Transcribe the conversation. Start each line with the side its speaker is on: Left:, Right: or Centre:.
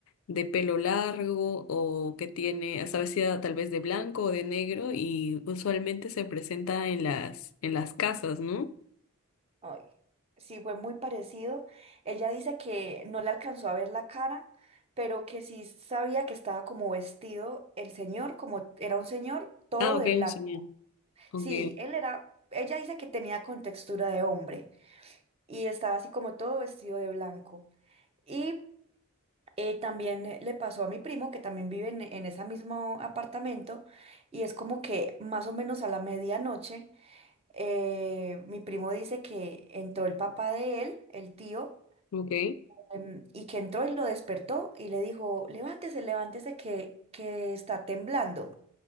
Left: de pelo largo o que tiene, está vestida tal vez de blanco o de negro y usualmente se presenta en las, en las casas, ¿no?
Right: Ay, sí, fue muy parecido. Ella dice que no le alcanzó a ver la cara, pero que sí sabía que estaba como vestido el señor, como era un señor todo
Left: Ah, ok,
Right: de blanco.
Left: sí, bien. Ok,
Right: Sí, él era, ella dice que tenía contextura de hombre y estaba así como todo vestido de blanco. Y eh, también le le pasó a mi primo, que también vive en, en ese mismo apartamento, y es como que más o menos a la medianoche eh, mi primo dice que entró el papá de él, el tío,
Left: ok,
Right: em, y que entró y lo despertó y le dijo, levántese, levántese que, que está temblando.